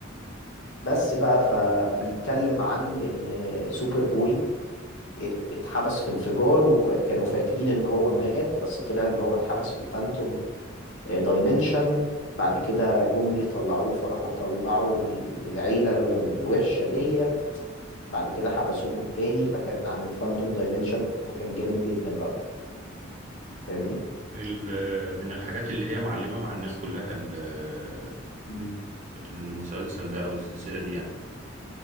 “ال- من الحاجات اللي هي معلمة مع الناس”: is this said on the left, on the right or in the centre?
Right